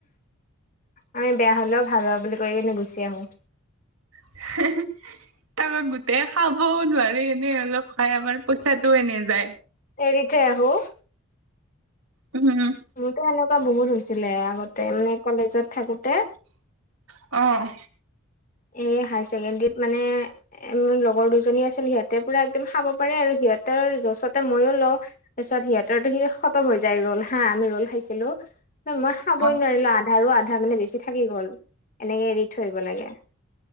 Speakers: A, on the left; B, on the right.
A: আমি বেয়া হ'লেও ভাল হোৱা বুলি কৈ কিনে গুচি আহোঁ।
B: <inaudible> তাৰা গোটেই খাবও নোৱাৰি এনেই অলপ খাই আমাৰ পইচাটোও এনে যায়।
A: এৰি থৈ আহোঁ।
B: উম, হম।
A: মোৰটো সেনেকুৱা বহুত হৈছিলে আগতে মানে কলেজত থাকোঁতে।
B: অ'।
A: এই হাই ছেকেণ্ডৰীত মানে এ মোৰ লগৰ দুজনী আছিল সিহঁতে পুৰা একদম খাব পাৰে আৰু সিহঁতৰ জছতে মইও লওঁ। তাৰপিছত সিহঁতৰটো সি খতম হৈ যায় ৰ'ল হা আমি ৰ'ল খাইছিলোঁ। মই খাবই
B: অ
A: নোৱাৰিলোঁ আধাৰো আধা মানে বেছি থাকি গ'ল এনেকে এৰি থৈ আহিব লাগে।